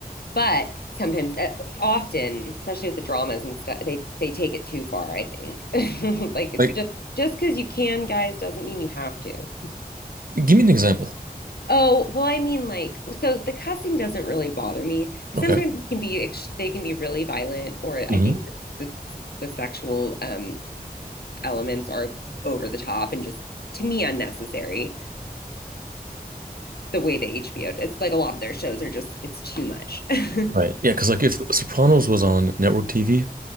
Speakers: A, on the left; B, on the right.
A: But sometimes, uh, often, especially with the dramas and stuff, they they take it too far, I think. <laughs> Like it's
B: Like
A: just just because you can, guys, doesn't mean you have to.
B: give me an example.
A: Oh, well, I mean, like, so the cussing doesn't really bother me. Sometimes
B: Okay.
A: it can be, ex- they can be really violent, or
B: hmm
A: I think the the sexual um elements are over the top and just to me unnecessary. The way that HBO, it's like a lot of their shows are just, it's too much. <laughs>
B: Right. Yeah, because like if Sopranos was on network TV,